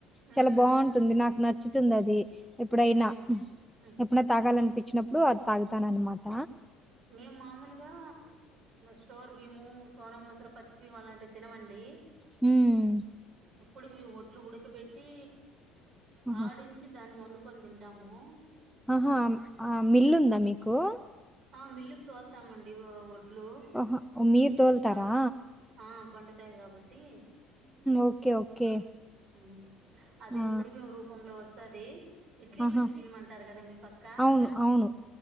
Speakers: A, on the right (about 50°); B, in the centre.
A: ఉమ్
B: చాలా బాగుంటుంది నాకు న నచ్చుతుంది అది ఎప్పుడైనా
A: ఉమ్ ఉమ్
B: ఎప్పుడన్న తాగాలనిపించి పించినప్పుడు అది తాగుతానన్నమాట
A: మేము మామూలుగా స్టోర్ బీము సోన మసురా పచ్చి భీము అలాంటివి తినమండి
B: హ్మ్
A: ఎప్పుడు మేము ఒడ్లు ఉడకబెట్టి
B: ఆహా
A: ఆడించి దాన్ని వండుకొని తింట తింటాము
B: ఆహా ఆ మిల్లుందా మీకు
A: ఆ మిల్లు తోలుతామండి ఒడ్లు
B: ఓహో మీరు తోలుతారా
A: పం ఆ పండుతాయి కాబట్టి
B: ఓకే ఓకే
A: ఉమ్ అది
B: ఆ
A: ఇప్పుడు మేము రూపంలో వస్తుది ఇడ్లీ
B: ఆహా
A: బీం భీమ్ అంటారు కదా మీ పక్క
B: అవును అవును